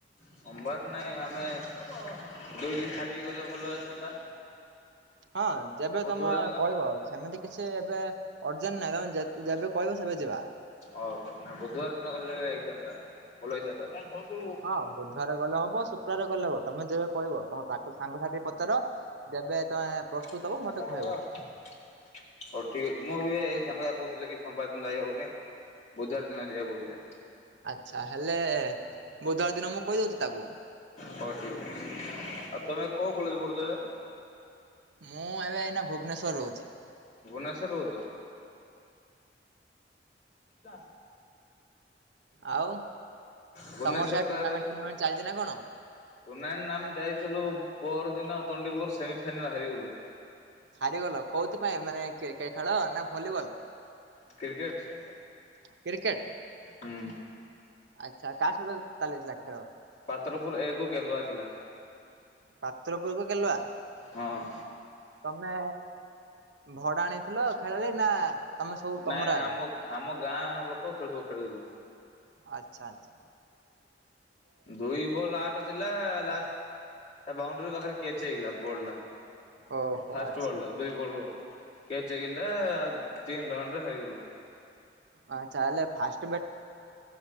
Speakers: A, on the left (about 40°); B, on the right (about 80°).
A: ସମ୍ବାର ନାଇଁ ଆମେ ଦୁଇ ଦିନ ଛାଡିକି ଗଲେ ଭଲ ହେଇଥାନ୍ତା।
B: ହଁ ଯେବେ
A: ବୁଧବାର
B: ତମେ
A: ଦିନ
B: କହିବ ସେମିତି କିଛି ଏବେ ଅର୍ଜେନ ନାଇଁ ତମେ ଯେ ଯେବେ କହିବ ସେବେ ଯିବା।
A: ଓହୋ ନା ବୁଧବାର ଦିନ କଲେ ହେଇଥାନ୍ତା ଭଲ ହେଇଥାନ୍ତା। ହଉ ଠିକ
B: ହଁ ବୁଧବାର ଗଲେ ହବ ଶୁକ୍ରବାର ଗଲେ ହବ ତମେ ଯେବେ କହିବ ତମ ସାଙ୍ଗସାଥିୀ ପଚାର ଯେବେ ତମେ ପ୍ରସ୍ତୁତ
A: <unintelligible>
B: ହବ ମତେ
A: ଆ ହୋଉ
B: କହିବ।
A: ଠିକ୍ ଅଛି ମୁଁ ଏବେ ଏ ସାଙ୍ଗଆ କହୁଥିଲେ କି ସମ୍ବାଦ ଦିନ ଯାଇହବନି ବୁଧୁବାର ଦିନ ଯଆ କହୁଥିଲେ
B: ଆଛା ହେଲେ ବୁଧବାର ଦିନ ମୁଁ କହିଦୋଉଚି ତାକୁ
A: ହୋଉ ଠିକ ଅଛି ଆଉ ତମେ କୋଉ କଲେଜ ପଢୁଚ ଯେ
B: ମୁଁ ଏବେ ଏଇନା ଭୁବନେଶ୍ଵର ରୋହୁଛି।
A: ଭୁବନେଶ୍ୱରରେ ରୋହୁଚ ଦା
B: ଆଉ।
A: ଭୁବନେଶ୍ୱର
B: ତମର ସେଆ ଟୁର୍ଣ୍ଣାମେଣ୍ଟ
A: <unintelligible>
B: ଫୁର୍ଣ୍ଣାମେଣ୍ଟ ଚାଲିଛି ନା କଣ?
A: ଟୁନଭାଇଁ ନା ଆମେ ଯାଇଥିଲୁ ପହର ଦିନ ତଣ୍ଡିପୁର ସେମି ଫାଇନାଲରେ ହାରିଗଲୁ।
B: ହାରିଗଲ କୋଉଥିପାଇଁ ମାନେ ଖେଳ ନା ଭଲିବଲ
A: କ୍ରିକେଟ
B: କ୍ରିକେଟ।
A: ହୁଁ।
B: ଆଚ୍ଛା କାହା ସହିତ ଚାଲିଥିଲା ଖେଳ?
A: ପାତ୍ରପୁର ଏକ ବୁଲୁଆ ଥିଲା।
B: ପାତ୍ରପୁରକୁ କେଲୁଆ
A: ହଁ।
B: ତମେ ଭଡା ଆଣିଥିଲ ଖେଳାଳି ନା ତମେ ସବୁ ତମର
A: ନାଇଁ
B: ଆଗା?
A: ଆମ ଆମ ଗାଁ ଲୋକ ଖେଳୁୁ ଖେଳୁଥିଲୁ।
B: ଆଛା ଆଛା।
A: ଦୁଇ ବୋଲ ଆଟ ଥିଲା ଲାଷ୍ଟ ବାଉଣ୍ଡ୍ରି ପାଖରେ କେଚ ହେଇଗଲା ବୋଲଟା
B: ଓହୋ
A: ଫାଷ୍ଟ
B: ଆଚ୍ଛା।
A: ବଲ ଟା ଦୁଇ ବଲ୍ କେଚ ହେଇଗଲା ଆଉ ତିନ ରନ୍ ରେ ହାରିଗଲୁ।
B: ଆ ଚାହାଲେ ଫାଷ୍ଟ